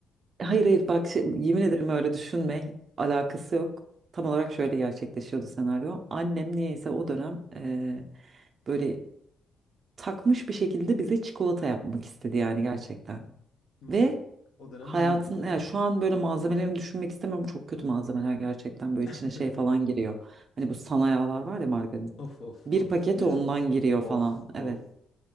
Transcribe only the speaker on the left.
Hmm.
O dönem
onunla ilgileniyorum.
<laughs>
Of of
of.
Yarım.
Of
of.